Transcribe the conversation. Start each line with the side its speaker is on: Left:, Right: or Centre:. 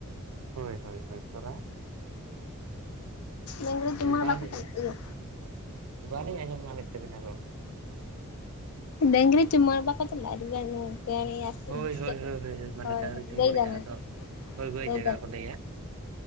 Right: ᱦᱳᱭ ᱦᱳᱭ ᱦᱳᱭ ᱥᱚᱨᱦᱟᱭ
Left: <inaudible> ᱤᱝᱨᱮᱡ ᱢᱟ
Right: ᱵᱟᱝ
Left: ᱵᱟᱠᱚ <inaudible> ᱤᱭᱟᱹ
Right: ᱵᱟᱹᱞᱤᱧ ᱟᱸᱡᱚᱢ ᱧᱟᱢᱮᱫ ᱛᱟᱵᱤᱱᱟ ᱨᱚᱲ
Left: ᱰᱟᱹᱝᱜᱽᱨᱤ ᱪᱩᱢᱟᱹᱲᱟ ᱵᱟᱠᱚ ᱪᱟᱞᱟᱜᱼᱟ <inaudible>
Right: ᱦᱳᱭ
Left: <inaudible>
Right: ᱦᱳᱭ ᱦᱳᱭ ᱦᱳᱭ ᱢᱟᱱᱮ
Left: ᱦᱚᱭ
Right: ᱰᱟᱝᱨᱤ
Left: ᱦᱚᱭ
Right: ᱪᱩᱢᱵᱩᱲ
Left: ᱜᱟᱹᱭ ᱡᱟᱱᱣᱟᱨ
Right: ᱡᱟᱦᱟᱸ ᱫᱚ ᱦᱳᱭ ᱦᱳᱭ
Left: ᱜᱟᱹᱭ
Right: ᱡᱟᱭᱜᱟ
Left: ᱰᱟᱝᱨᱟ
Right: ᱠᱚ ᱞᱟᱹᱭᱟ